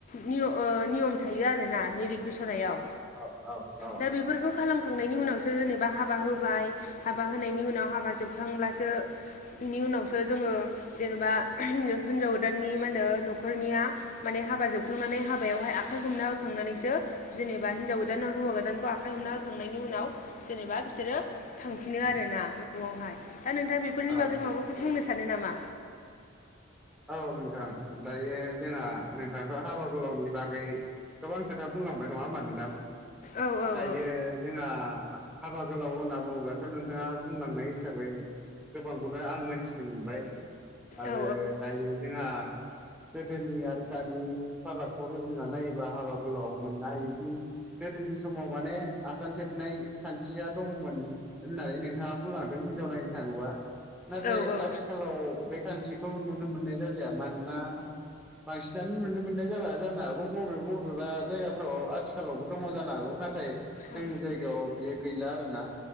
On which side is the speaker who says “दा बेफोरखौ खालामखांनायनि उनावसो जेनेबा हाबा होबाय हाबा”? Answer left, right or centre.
Left